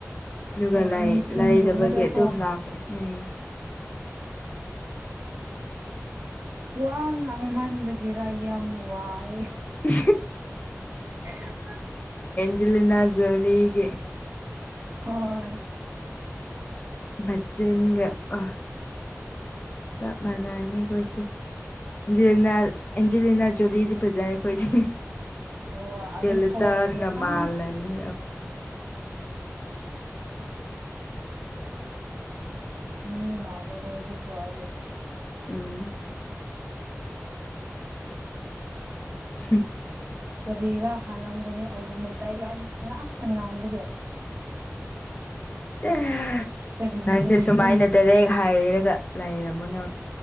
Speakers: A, on the left; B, on the right.
A: ꯑꯗꯨꯒ
B: ꯍꯣꯏ ꯅꯨꯡꯊꯤꯟꯒꯨꯝꯕꯗꯀꯣ
A: ꯂꯥꯏꯗꯕꯒꯤ ꯑꯗꯨꯝ ꯂꯥꯛꯈꯦ ꯎꯝ
B: ꯋꯥ ꯉꯥꯡꯃꯟꯕꯒꯤꯔ ꯌꯥꯝ ꯋꯥꯏ
A: ꯎ
B: <unintelligible>
A: ꯖꯤꯂꯅꯖꯂꯒ
B: ꯍꯣꯏ
A: ꯃꯖꯅꯤꯡꯒ ꯑ ꯆꯞ ꯃꯥꯟꯅꯅꯤꯈꯣꯏꯁꯦ ꯑꯟꯖꯂꯤꯅꯥ ꯑꯦꯟꯖꯂꯤꯅꯥ ꯖꯨꯂꯤꯗꯤ ꯄꯖ ꯑꯩꯣꯏꯗꯤ
B: ꯑꯣ ꯑꯗꯨ
A: ꯦꯂꯇꯔꯒ
B: ꯊꯣꯛꯑꯗꯤ
A: ꯃꯥ
B: ꯑꯥ
A: ꯂꯩꯅꯤ
B: ꯃꯤ ꯃꯥꯂꯔꯣ ꯑꯗꯨ ꯊꯗꯦ
A: ꯎꯝ ꯁꯤ
B: ꯀ ꯔꯦꯔꯥ ꯍꯥꯂꯒꯅꯤꯕꯨ ꯃ ꯇ ꯉꯥꯛꯇ ꯉꯥꯡꯕꯒꯤ
A: ꯑꯦ
B: ꯀꯔꯤ
A: ꯅꯪꯁꯦ ꯁꯨꯃꯥꯏꯅ
B: ꯃꯤꯅ
A: ꯇꯔꯦ ꯍꯥꯏꯔꯒ ꯑ ꯂꯩꯔꯝꯃꯣ ꯅꯪ